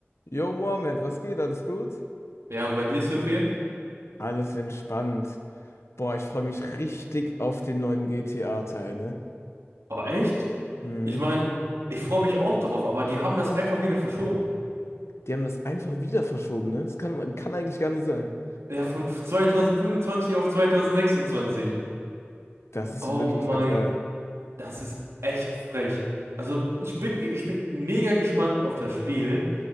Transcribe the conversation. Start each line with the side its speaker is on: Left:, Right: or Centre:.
Left: Jo, Mohammed, was geht? Alles gut?
Right: Ja, und bei dir, ist so viel?
Left: Alles entspannt. Boah, ich freue mich richtig auf den neuen GTA-Teil, ne?
Right: Oh, echt?
Left: Mhm.
Right: Ich meine, ich freue mich auch darauf, aber die haben das einfach wieder verschoben.
Left: Die haben das einfach wieder verschoben, ne? Das kann, kann eigentlich gar nicht sein.
Right: Ja, von 2025 auf 2026.
Left: Das ist
Right: Oh
Left: wirklich
Right: mein,
Left: der Fall.
Right: das ist echt frech. Also, ich bin, ich bin mega gespannt auf das Spiel.